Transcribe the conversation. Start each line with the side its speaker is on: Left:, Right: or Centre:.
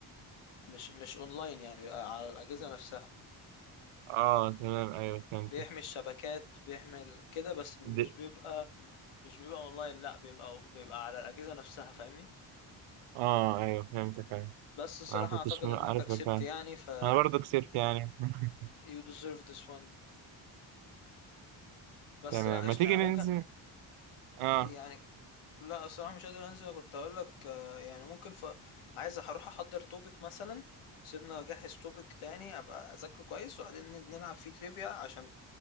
Left: مش مش اونلاين يعني بيبقى على الأجهزة نفسها
Right: اه تمام ايوه فهمت
Left: بيحمي الشبكات بيحمي ال- كده بس مش
Right: دي...
Left: بيبقى مش بيبقى اونلاين لا بيبقى بيبقى على الأجهزة نفسها فاهمني
Right: اه ايوه فهمتك ايوه
Left: بس الصراحة
Right: انا ما كنتش
Left: اعتقد
Right: عارف
Left: ان انت كسبت
Right: فاهم
Left: يعني ف
Right: انا برضه كسبت يعني <laughs>
Left: you deserve this one بس
Right: تمام
Left: لا قشطة
Right: ما تيجي
Left: يعني
Right: ننزل
Left: ممكن
Right: اه
Left: يعني لا الصراحة مش قادر انزل كنت اقول لك آه، يعني ممكن ف... عايز اروح احضر توبيك مثلا سيبنا اجهز توبيك تاني ابقى اذاكره كويس وبعدين ن- نلعب فيه تريفيا عشان